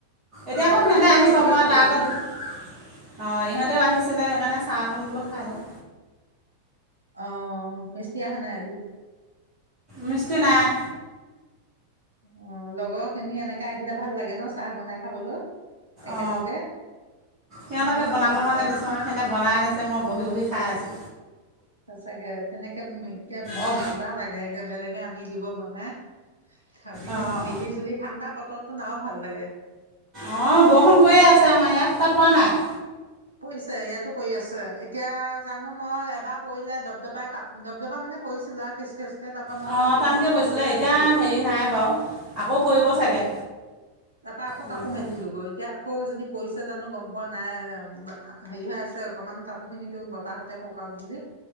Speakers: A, on the right; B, on the right.
A: এতিয়া
B: অ
A: আকৌ
B: ৰাতিপুৱা
A: সিহঁতে আহি
B: ৰুটিয়ে
A: পাব আৰু
B: খালো
A: তাৰ
B: আমি
A: আগত অ ইহঁতেও আহিছিলে সেইকাৰণে। চাহ অকণ বোলো খাই লওঁ।
B: অ মিস্ত্ৰী অহা নাই আজি।
A: মিস্ত্ৰী নাই।
B: অ লগৰ। খিনি এনেকে আহিলে ভাল লাগে ন চাহ বনাই। খাবলৈ। একেলগে
A: অ সিহঁতকে
B: মই সেই
A: বনাব
B: তেনেকে
A: কাৰণে দিছো আৰু সিহঁতে বনাই আনিছে মই বহি বহি খাই আছো।
B: সচাকে তেনেকে একে
A: অঁ
B: মজা লাগে একে বেলেগে আনি দিব বনাই। খাবি
A: অঁ
B: মিলি জুলি ঠাণ্ডা বতত। নাও ভাল লাগে।
A: অ বৰষুণ পৰিয়ে আছে আমাৰ ইয়াত তাত পৰা নাই।
B: পৰিছে ইয়াতো পৰি আছে এতিয়া জানো মই এবাৰ পৰিলে দপদপাই কাপ দপদপা মানে পৰিছিলা খিচখিচ। তাপা মই
A: অঁ
B: কাপোৰ
A: টানকৈ
B: মেলিছিলো
A: পৰিছিলে
B: লৈ আনিলো
A: এতিয়া
B: গৈ।
A: হেৰি নাই বাৰু আকৌ পৰিব
B: অ
A: চাগে
B: তাপা আকৌ
A: এনেকুৱা
B: কাপো মেলিলো গৈ এতিয়া। আকৌ যদি পৰিচে জানো গম পোৱা নাই। বা হেৰি হৈ আছে অকমান কাপোৰ খিনি তোন বতাহতে সোকাক বুলি।